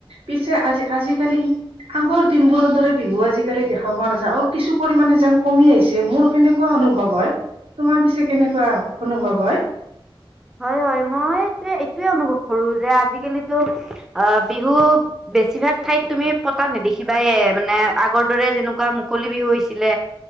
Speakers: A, on the right; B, in the centre.
A: পিছে আজি আজিকালি আগৰ দিনবোৰৰ দৰে বিহু আজিকালি দেখা পোৱা নাযায় আৰু কিছু পৰিমাণে যেন কমি আহিছে মোৰ সেনেকুৱা অনুভৱ হয়। তোমাৰ পিছে কেনেকুৱা অনুভৱ হয়।
B: হয় হয় মই এইটোয়ে অনুভৱ কৰো যে আজিকালিতো অ বিহু বেছিভাগ ঠাইত তুমি পতা নেদেখিবা এ মানে আগৰ দৰে যেনেকুৱা মুকলি বিহু হৈছিলে